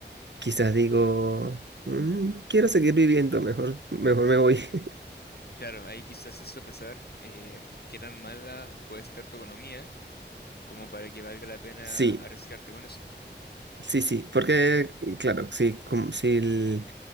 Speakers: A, on the right; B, on the left.
A: quizás digo, "Mm, quiero seguir viviendo, mejor, mejor me voy. <laughs>
B: Claro, ahí quizás es sopesar eh, qué tan mala puede estar tu economía como para que valga la pena
A: Sí,
B: arriesgarte con eso.
A: sí, sí, porque, claro, sí, como si, el-